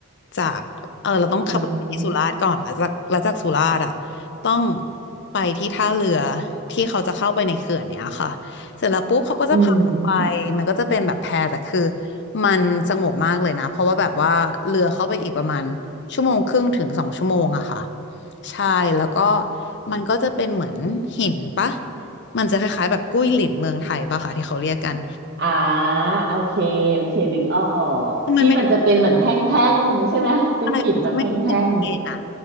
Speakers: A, on the left (about 60°); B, on the right (about 55°).
A: จากเออเราต้องขับรถไปที่สุราษฎร์ก่อนแล้วจากแล้วจากสุราษฎร์อ่ะ
B: อืม
A: ต้องไปที่ท่าเรือที่เขาจะเข้าไปในเขื่อนเนี้ยค่ะเสร็จแล้วปุ๊บเขาก็จะพาเราไป
B: อืมหืม
A: มันก็จะเป็นแบบแพแต่คือมันสงบมากเลยนะเพราะว่าแบบว่าเรือเข้าไปอีกประมาณชั่วโมงครึ่งถึงสองชั่วโมงอะค่ะใช่แล้วก็มันก็จะเป็นเหมือนหินปะมันจะคล้ายๆแบบกุ้ยหลินเมืองไทยปะค่ะที่เขาเรียกกัน
B: อ่าโอเคโอเคดึกออกที่มันจะเป็นเหมือนแท่งๆใช่ไหมเป็นหินแบบแท่ง
A: คือมันไม่ได้ใช่มันไม่ได้เป็นทะเลนะ